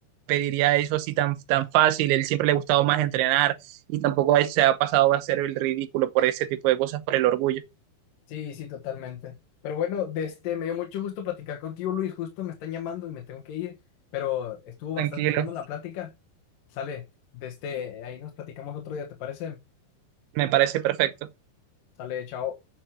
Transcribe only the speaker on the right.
pediría eso así tan, tan fácil, él siempre le ha gustado más entrenar y tampoco a él se ha pasado a hacer el ridículo por ese tipo de cosas, por el orgullo.
Tranquilo.
Me parece perfecto.